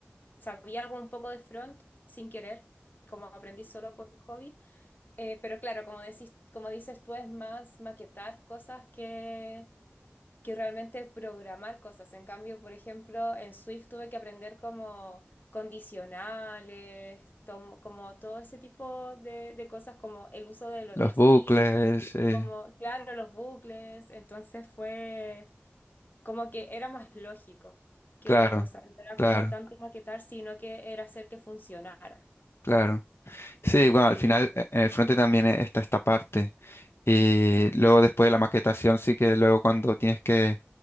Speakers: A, on the left (about 50°); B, on the left (about 75°).
A: Sabía algo un poco de front sin querer, como aprendí solo por hobby. Eh, pero claro, como decís, como dices tú, es más maquetar cosas que, que realmente programar cosas. En cambio, por ejemplo, en Swift tuve que aprender como condicionales, tom- como todo ese tipo de, de cosas, como el uso de
B: Los
A: los
B: bucles,
A: if
B: eh,
A: y como, claro, los bucles. Entonces fue. Como que era más lógico que
B: claro,
A: otra cosa. No era
B: claro,
A: como tanto maquetar, sino que era hacer que funcionara.
B: claro. Sí, bueno,
A: Sí,
B: al final eh, en el frente también eh, está esta parte. Y luego después de la maquetación, sí que luego cuando tienes que